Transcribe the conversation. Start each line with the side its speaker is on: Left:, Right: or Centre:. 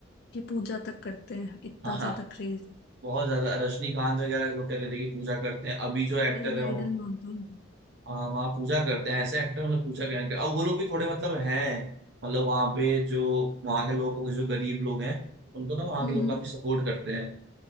Left: की पूजा तक करते हैं इतना
Right: हाँ हाँ
Left: ज्यादा क्रेज
Right: बहुत ज्यादा रजनीकांत वगैरह लोग कह रहे थे कि पूजा करते हैं अभी जो एक्टर
Left: मेन
Right: है
Left: आइडल मानता
Right: वहाँ पूजा करते हैं ऐसे एक्टर मतलब पूजा करेंगे अब वो लोग भी थोड़े मतलब हैं मतलब वहाँ पे जो वहाँ के लोगों को जो गरीब लोग हैं उनको ना वहाँ
Left: हूँ
Right: के लोग काफी सपोर्ट करते हैं